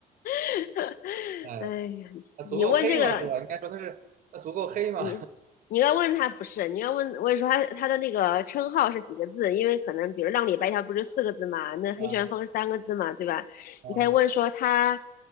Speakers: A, on the left (about 75°); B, on the right (about 65°).
A: <laughs>
B: 哎，
A: 哎呀，
B: 他足够黑吗？
A: 你问这个，
B: 是吧？应该说他是他足够黑吗？
A: 你你要问他不是，你问，该问问说他他的那个称号是几个字，因为可能比如浪里白条不是四个字嘛，那黑旋风是三个字嘛，
B: 啊
A: 对吧？
B: 啊，
A: 你可以问说他